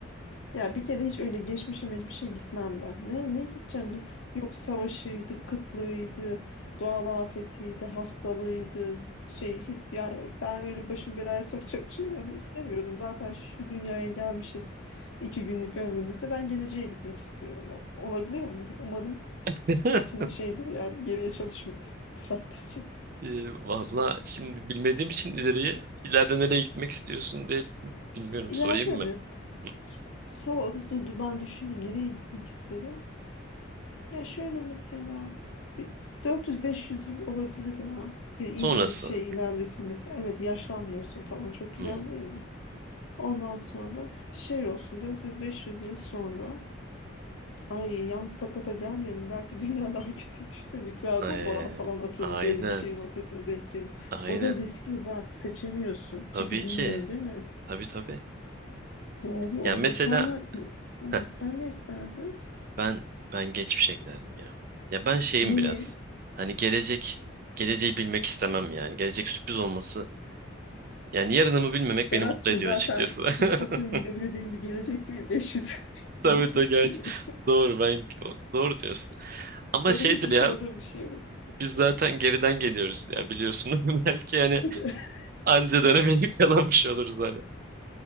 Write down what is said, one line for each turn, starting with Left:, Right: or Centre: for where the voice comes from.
Left: ya bir kere hiç öyle geçmişime hiçbir şey gitmem ben. Ne ne gideceğim ki? Yok savaşıydı, kıtlığıydı, doğal afetiydi, hastalığıydı. Şey hiç ya ben öyle başımı belaya sokacak <laughs> şeyler de istemiyordum. Zaten şu dünyaya gelmişiz iki günlük ömrümüzde. Ben geleceğe gitmek istiyorum. O- olabiliyor mu? Umarım
Right: <laughs>
Left: makine şeydir yani geriye çalışmıyor <laughs> sadece.
Right: Ee, valla şimdi bilmediğim için ileriyi. ileride nereye gitmek istiyorsun diye bilmiyorum.
Left: İleride
Right: Sorayım mı?
Left: mi?
Right: Hı.
Left: Soğudu. Dur, dur ben düşüneyim. Nereye gitmek isterim? Ya şöyle mesela bir 400-500 yıl olabilir ya. Bir iyice
Right: Sonrası.
Left: bir şey ilerlese mesela. Evet yaşlanmıyorsun falan. Çok güzel
Right: Hmm.
Left: değil mi? Ondan sonra şey olsun 400-500 yıl sonra ay yalnız sakata gelmeyelim. Belki dünya <laughs> daha kötü düşse nükleer
Right: Ee,
Left: bombalar falan atılmış.
Right: aynen.
Left: Öyle bir şeyin ortasına denk gelip.
Right: Aynen.
Left: O da riskli bak seçemiyorsun.
Right: Tabii
Left: Çünkü bilmiyorsun
Right: ki.
Left: değil mi?
Right: Tabii tabii.
Left: Doğru o
Right: Yani mesela
Left: da. Sen, ne- Aha,
Right: heh,
Left: sen ne isterdin?
Right: ben ben geçmişe giderdim ya. Ya ben şeyim
Left: Nereye?
Right: biraz. Hani gelecek geleceği bilmek istemem yani. Gelecek sürpriz olması. Yani yarınımı bilmemek
Left: Berat'cığım
Right: beni mutlu ediyor
Left: zaten
Right: açıkçası.
Left: tüm o senin
Right: <laughs>
Left: gidebileceğin bir gelecek değil. <laughs> 500
Right: Tabii
Left: yıl öncesi
Right: tabii gerçi.
Left: değil.
Right: Doğru ben doğru diyorsun. Ama
Left: Zaten
Right: şeydir
Left: hiç yaşamadığım
Right: ya
Left: bir şey orası.
Right: biz zaten geriden geliyoruz ya biliyorsun. <laughs> Belki yani
Left: <laughs>
Right: anca dönemeyi kalanmış <laughs> oluruz hani.